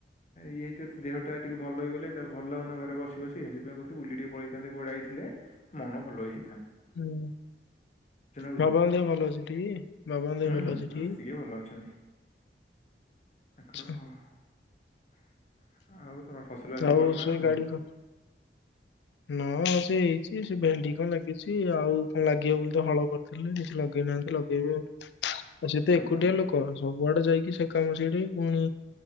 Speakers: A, on the left (about 40°); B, on the left (about 80°).
A: ଇଏ ଯଦି ଦେହଟା ଟିକେ ଭଲ ହେଇଗଲେ ତା ଭଲ ଲାଗୁନି ନା ଘରେ ବସି ବସି ସେଥିପାଇଁ କହୁଥିଲି ବୁଲିକି ଟିକେ ପଳେଇଥାନ୍ତେ କୁଆଡେ ଆଇଥିଲେ ମନ ଭଲ ହେଇ
B: ହୁଁ।
A: ବୁଝୁନା
B: ବାବାଙ୍କ ଦେହ ଭଲ ଅଛିଟି ବାବାଙ୍କ
A: ହୁଁ
B: ଦେହ ଭଲ
A: ହୁଁ
B: ଅଛି
A: ହୁଁ,
B: <unintelligible>
A: ସିଏ ଭଲ ଅଛନ୍ତି <unintelligible>
B: ଆଚ୍ଛା
A: ବାସଲି
B: ହଉ
A: କରିଛ
B: <inaudible>
A: ନା କରିନ?
B: ନା ସେ ହେଇଛି ସେ ଭେଣ୍ଡି କଣ ଲାଗିଛି ଆଉ କଣ ଲାଗିବ ବୋଲି ତ ହଳ କରିଥିଲେ <unintelligible> ନାହାନ୍ତି ଲଗେଇବେ ଆଉ ଆଉ ସେତ
A: ହଁ
B: ଏକୁଟିଆ ଲୋକ କୁଆଡେ ଯାଇକି ସେ କାମ ସେଇଠି ପୁଣି